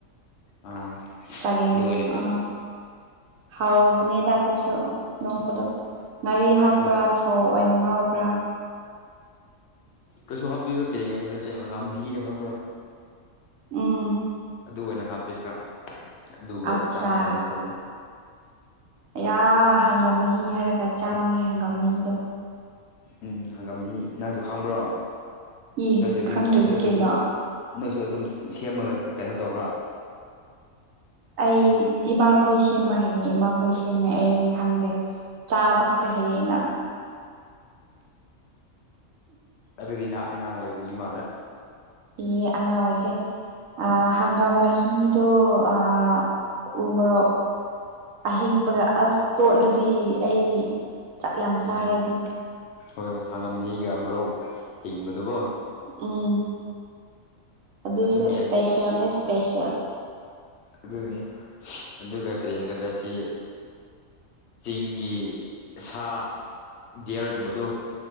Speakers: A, on the left; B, on the right.
A: ꯑꯥ
B: ꯆꯒ‌ꯦꯝ
A: ꯑꯗꯨ ꯑꯣꯏꯅ ꯆꯥꯏ
B: ꯑ ꯍꯥꯎꯕꯅꯤꯗ ꯑꯗꯨꯁꯨ ꯅꯣꯡꯄꯗꯣ ꯉꯥꯔꯤ ꯍꯥꯞꯄ꯭ꯔꯥ
A: ꯍꯣꯏ
B: ꯊꯥꯎ ꯑꯣꯏꯅ ꯉꯥꯎꯕ꯭ꯔꯥ
A: ꯀꯩꯁꯨ ꯍꯥꯞꯇ‌ꯦꯗ ꯀꯔꯤ ꯍꯥꯏꯒꯗ꯭ꯔꯣꯁꯦ ꯍꯪꯒꯥꯝ ꯃꯍꯤꯗ ꯈꯪꯕ꯭ꯔꯥ
B: ꯎꯝ
A: ꯑꯗꯨ ꯑꯣꯏꯅ ꯍꯥꯞꯄꯤ ꯈꯔ ꯑꯗꯨꯒ
B: ꯑꯠꯆꯥ
A: ꯏꯝ ꯆꯥꯝꯅ ꯊꯣꯡꯉꯤ
B: ꯑꯌꯥ ꯍꯪꯒꯥꯝ ꯃꯍꯤ ꯍꯥꯏꯔꯒ ꯆꯥꯅꯤꯡꯉꯦ ꯍꯪꯒꯥꯝ ꯃꯍꯤꯗꯣ
A: ꯎꯝ ꯍꯪꯒꯥꯝ ꯃꯍꯤ ꯅꯪꯁꯨ ꯈꯥꯡꯕ꯭ꯔꯣ
B: ꯏ
A: ꯅꯣꯏꯁꯨ ꯑꯗꯨꯝ
B: ꯈꯪꯗ꯭ꯔꯗꯤ
A: ꯅꯣꯏꯁꯨ
B: ꯀꯩꯅꯣ
A: ꯑꯗꯨꯝ ꯅꯣꯏꯁꯨ ꯑꯗꯨꯝ ꯁꯦꯝꯃꯒ ꯀꯩꯅꯣ ꯇꯧꯕ꯭ꯔꯥ
B: ꯑꯩ ꯏꯃꯥꯈꯣꯏ ꯁꯦꯝꯕ ꯍꯩꯌꯦ ꯏꯃꯥꯈꯣꯏ ꯁꯦꯝꯃꯦ ꯑꯩꯗꯤ ꯈꯪꯗꯦ ꯆꯥꯕ ꯈꯛꯇ ꯍꯩꯌ‌ꯦ ꯑꯩꯅ
A: ꯑꯗꯨꯗꯤ ꯅꯪ ꯑꯉꯥꯡ ꯑꯣꯏꯕꯒꯤ ꯃꯥꯜꯂ‌ꯦ
B: ꯏ ꯑꯉꯥꯡ ꯑꯣꯏꯗꯦ ꯑ ꯍꯪꯒꯥꯝ ꯃꯍꯤꯗꯣ ꯑ ꯎ ꯃꯣꯔꯣꯛ ꯑꯍꯤꯡꯕꯒ ꯑꯁ ꯇꯣꯠꯂꯗꯤ ꯑꯩ ꯆꯥꯛ ꯌꯥꯝ ꯆꯥꯔꯦ
A: ꯎꯝ
B: ꯑꯗꯨꯝ
A: ꯍꯣꯏ ꯍꯥꯡꯒꯥꯝ ꯃꯍꯤꯒ ꯃꯔꯧ ꯍꯤꯡꯕꯗꯨꯒꯣ
B: ꯎꯝ ꯑꯗꯨꯁꯨ
A: ꯑꯗꯨ ꯃꯦꯜꯂꯗꯤ
B: ꯁꯄꯦꯁꯜꯅꯦ
A: ꯏꯁ ꯌꯥꯝ ꯍꯥꯎꯕꯅꯦ
B: ꯁꯄꯦꯁꯜ
A: ꯑꯗꯨꯅꯤ ꯑꯗꯨꯒ ꯀꯔꯤ ꯍꯥꯏꯒꯗ꯭ꯔꯥ ꯁꯤ ꯆꯤꯡꯒꯤ ꯁꯥ ꯗꯤꯌꯥꯔꯒꯨꯝꯕꯗꯨ